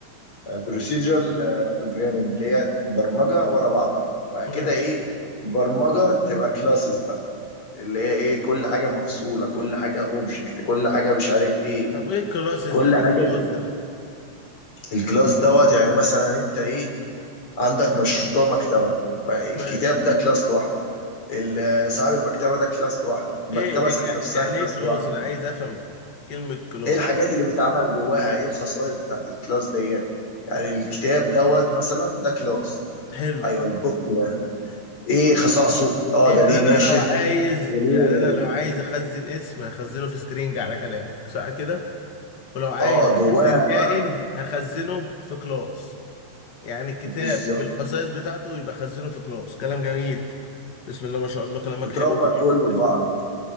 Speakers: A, on the left; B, on the left.
A: بروسيدرال بروجرامنج اللي هي برمجه ورا بعضها بعد كده
B: ماشي
A: ايه برمجه تبقى كلاسز بقى اللي هي ايه كل حاجه مفصوله كل حاجه اوبجكت كل حاجه مش عارف ايه
B: طب ايه الكلاسز
A: كل
B: ده ايه
A: حاجه بت-
B: الكلاس ده
A: الكلاس دوت يعني مثلا انت ايه عندك مشروع مكتبه فالكتاب
B: ماشي
A: ده كلاس لوحده ال- صاحب المكتبه ده كلاس لوحده المكتبه
B: ايه ايه
A: ذات
B: يع-
A: نفسها
B: يعني
A: كلاس
B: ايه كلاس
A: لوحده
B: انا عايز افهم كلمة كلاس
A: ايه الحاجات اللي بيتعمل جواها ايه الخصائص بتاعت الكلاس ديت يعني الكتاب دوت مثلا ده كلاس
B: حلو
A: ايوه البوك ده ايه خصائصه اه
B: يعني
A: ده ليه ناشر
B: انا لو عايز
A: وليه
B: يعني انا لو عايز اخزن اسم هخزنه في سترينج على كلامك صح كده ولو عايز
A: اه
B: اخزن
A: جواها
B: كائن
A: بقى
B: هخزنه في كلاس يعني الكتاب
A: بالظبط
B: بالخصائص بتاعته يبقى خزنه في كلاس كلام جميل بسم الله ما شاء الله كلامك
A: وتربط
B: حلو جميل
A: كله في بعضه بقى